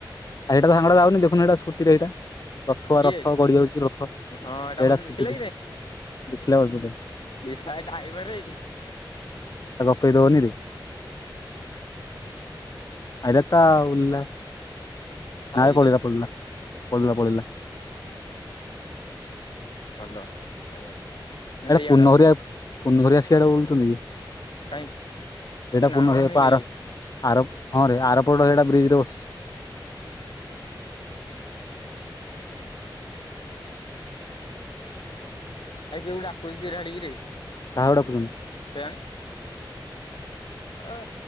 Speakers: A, on the left; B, on the left.
A: ଆ, ଏଇଟା ସାାଙ୍ଗଟା ଯାଉନି ଦେଖୁନୁ ଏଇଟା ସ୍କୁଟି ରେ ହେଇଟା। ଥୁଆ
B: କିଏ
A: ରଥ ଗଡ଼ି ଯାଉଛି ରଥ ଏଇଡ଼ା
B: ହଁ ଏଇଟା ମତେ
A: ସ୍କୁଟି
B: ଦେଖିଲା
A: <unintelligible> ଦେଖିଲା ବୋଧେ ତୋତେ।
B: ନିଶା ଡାଇଭର ହେଇକି
A: ତାକୁ ରଖେଇ ଦବନିରେ। <unintelligible> ଆଉ ଉଲା
B: ଭାଇରେ
A: ନା ଏ ପଡିଗଲା ପଲା ପଲା ପଡିଲା।
B: ଭଲ <unintelligible>
A: ଏଇଟା
B: ଇଆଡେ
A: ପୂନ
B: ଆଉଛି
A: ହରିଆ ପୂନୁହରିଆ ସିଆଡେ ବୁଲୁଚନ୍ତି କି?
B: କାଇଁ
A: ଏଇଟା
B: ଏ ନା
A: ପୂର୍ଣ୍ଣ
B: କହନି
A: ହେ ପାହାଡ
B: ରେ ଆ
A: ଆର ହଁ ରେ ଆରପଟ ସେଇଟା ବ୍ରିଜ୍ ରେ ବସିଛି।
B: ଏ ଯୋଉ ମୁଁ ଡାକୁୁଛି ଚିରାଢିକିରେ।
A: କାହାକୁ ଡାକୁଛନ୍ତି?
B: କେୟାଣି। ଅ,